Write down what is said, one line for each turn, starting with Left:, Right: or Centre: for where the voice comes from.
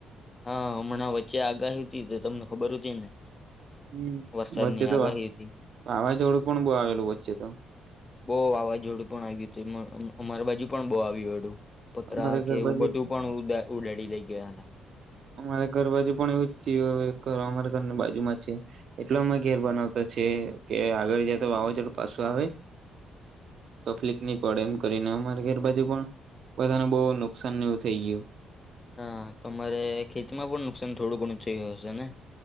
Left: હા હમણાં વચ્ચે આગાહી હતી તો તમને ખબર હતી ને.
Right: હ
Left: વરસાદની
Right: વચ્ચે તો
Left: આગાહી
Right: વાવાઝોડું
Left: હતી
Right: પણ બહ આવેલું વચ્ચે તો.
Left: બહુ વાવાઝોડું પણ આવ્યું હતું અમારી બાજુ પણ બહુ આવ એડું. પુતરા
Right: અમારે
Left: કે
Right: ઘર
Left: એવું
Right: બાજુ
Left: બધું
Right: તો-
Left: પણ ઉડાેડી લઈ ગયા હતા.
Right: અમારે ઘર બાજુ પણ એવું જ થયું અમારા ઘરની બાજુમાં છે એટલે અમે ઘેર બનાવતા છે કે આગળ જ તો વાવાઝોડું પાછું આવે તો તકલીફ નહી પડે એમ કરીને અમારી ઘર બાજુ પણ બધાને બહુ નુકસાન ન એવું થઈ ગયું.
Left: હા તમારે ખેતીમાં પણ નુકસાન થોડું ઘણું થયયું હશે ને.